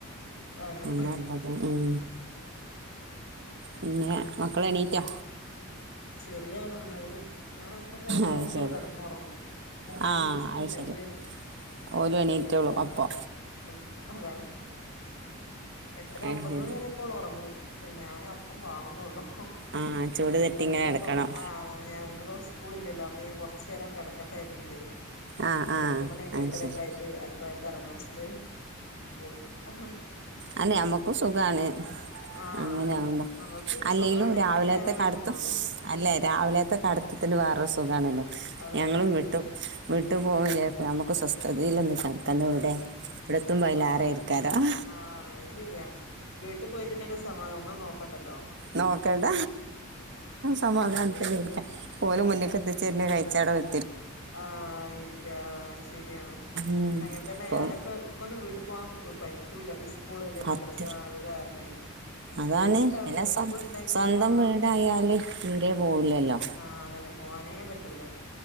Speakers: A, on the left; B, on the right.
A: അതെ
B: അതാ
A: അതെ
B: പർഞത്. ഉം പിന്നെ, മക്കൾ എണ്ണീറ്റോ?
A: ചെറിയ ആളാണ് അഹ് ഞാൻ ഒപ്പം കെടന്നാ
B: അത്
A: അങ്ങനെ
B: ശരി
A: കടന്നൊറങ്ങും. പക്ഷെ ഞാൻ
B: ആ
A: ന്നീച്ചിട്ടുണ്ടെങ്കില്
B: അത് ശരി ഓലും
A: ഞാൻ എണീറ്റ്
B: എണീറ്റോളും അപ്പൊ
A: <unintelligible> അതാണ് എട്ടര
B: അത്
A: അമ്പത്
B: ശരി
A: മണി വരെക്കോള് ഒറങ്ങും. പക്ഷെ ഞാന് ഒപ്പം വേണന്നേ ഉള്ളു.
B: ആഹ് ചൂട് തട്ടി
A: അപ്പൊ
B: ഇങ്ങനെ
A: ഇന്നിപ്പോ
B: കിടക്കണം
A: ആ ഞാൻ ഇന്നിപ്പോ സ്കൂളില്ലല്ലോ അപ്പ ഞാൻ കൊറച്ചേരം കെ ടക്കട്ടെ എണ്ണീറ്റെ
B: ആഹ് ആഹ്
A: എട്ട് മണി
B: അത്
A: എട്ടരേക്കെ
B: ശരി
A: ആയിട്ട് അടുക്കളേലെ കറങ്ങാശ്ശിട്ട് പോട് അഹാ
B: അത് നമുക്ക് സുഖാണ്
A: ആഹ്
B: അങ്ങനെആകുമ്പം
A: അതെ നമ്മൾക്ക്
B: അല്ലേലും
A: സുഖാണ്
B: രാവിലത്തെ
A: പണി നേരം വൈകുന്നുള്ളൂ
B: കടുത്തും അല്ലേ രാവിലത്തെ കടു അടുത്തത്തിന് വേറൊരു സുഖാണല്ലോ
A: അതന്നെ
B: ഞങ്ങളും വിട്ടു വിട്ട് ഇട്ട് പോ നമുക്ക് സ്വസ്ഥതയിലൊന്ന കെടക്കാൻ ഇവിടെ ഇവിടെത്തുമ്പോ അയിലേറെ
A: ആ
B: ആയിരിക്കാരം
A: ആ അതു ശരിയാ വീട്ടിൽ പോയിട്ടുണ്ടെങ്കിൽ സമാ ഒന്നും നോക്ക ക്കണ്ടല്ലോ
B: നോക്കണ്ട സമാധാനത്തില്
A: അതന്നെ
B: ഓലെ
A: ആഹ്
B: മുന്നീക്ക് എത്തിചേർണ ഒര് ചടവ്
A: ആഹ് ഇരിക്ക ശരിയാണ്
B: ഉം.
A: അങ്ങനെ തന്നെ
B: അപ്പം
A: ഞാനൊക്കെ ഇക്കൊന്ന് വീട്ട് പോ പറ്റ് പറ്റൂല്ല ഈ സ്കൂൾ അല്ലേ
B: പറ്റ
A: മദ്രസ അത് കാരണേ
B: അതാണ്
A: ഒഴിവുണ്ടാവൂല്ല
B: പിന്നെ സ്വ
A: സ്കൂൾ ഉണ്ടെങ്കിൽ
B: സ്വന്തം
A: ആഹ്
B: വീടായാല്
A: അതന്നെ
B: തീരെ പോവില്ലല്ലോ
A: ആഹ് അതന്നെ പോവാനേ പറ്റൂല